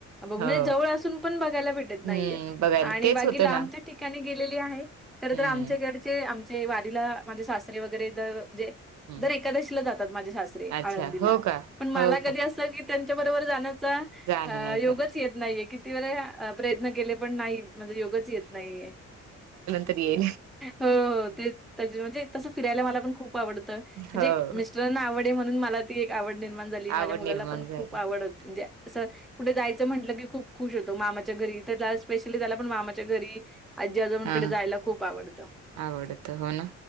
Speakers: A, in the centre; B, on the right.
A: बघ
B: हो
A: म्हणजे जवळ असून पण बघायला भेटत नाहीये
B: हम्म बघायला
A: आणि
B: तेच
A: बागी
B: होतं
A: लांब
B: ना
A: त्या ठिकाणी गेलेली आहे खरंतर
B: हम्म
A: आमच्या घरचे आमचे वारीला माझे सासरे वगैरे म्हणजे
B: हम्म
A: दर एकादशीला जातात माझे सासरे
B: अच्छा
A: आळंदीला
B: हो का
A: पण मला
B: हो का
A: कधी असं त्यांच्या बरोबर जाण्याचा
B: जाणं नाही झालं
A: योगच येत नाहीये किती वेळेला प्रयत्न केले पण नाही माझ योगच येत नाहीये
B: शरी
A: हो हो ते म्हणजे तसं फिरायला मला पण खूप आवडतं
B: हो
A: म्हणजे मि आवडे म्हणून मला एक आवड निर्माण झाली माझ्या
B: आवड
A: मुलाला
B: निर्माण
A: पण
B: झाली
A: खूप आवड हो म्हणजे असं कुठे जायचं म्हटलं की खूप खुश होतो मामाच्या घरी तर त्या स्पेशली त्याला पण मामाच्या घरी आजी आजोबणकडे
B: हा
A: जायला खूप आवडत
B: आवडत हो ना